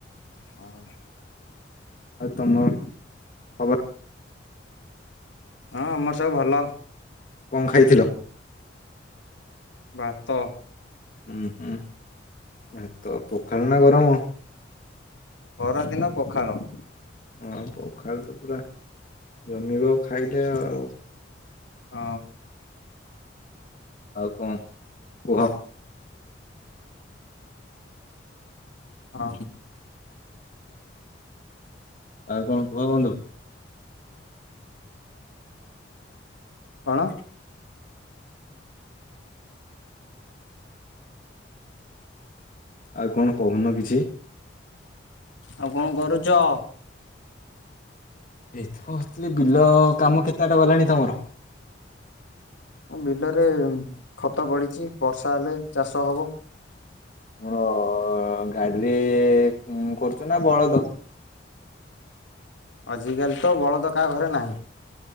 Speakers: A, on the left (about 80°); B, on the left (about 45°).
A: ହଁ।
B: ଆଉ ତମ ଖବର
A: ହଁ ଆମର ସବୁ ଭଲ।
B: କଣ ଖାଇଥିଲ?
A: ଭାତ।
B: ହୁଁ ହୁଁ ଭାତ ପଖାଳ ନା ଗରମ?
A: ଖରାଦିନ ପଖାଳ।
B: ହଁ ପଖାଳ ପୁରା ଜମିବ ଖାଇଲେ ଆଉ।
A: ହଁ
B: ଆଉ କଣ କୁହ?
A: ହଁ।
B: ଆଉ କଣ କୁହ ବନ୍ଧୁ?
A: କଣ?
B: ଆଉ କଣ କହୁନ କିଛି!
A: ଆଉ କଣ କରୁଚ?
B: ଏଇ ତ ବସଥିଲି ବିଲ କାମ କେତେ ବାଟ ଗଲାଣି ତମର?
A: ବିଲରେ ଖତ ପଡ଼ି, ବର୍ଷା ହେଲେ ଚାଷ ହବ।
B: ଆମର ଗାଡିରେ କରୁଛ ନା ବଳଦ?
A: ଆଜିକାଲି ତ ବଳଦ କା ଘରେ ନାହିଁ।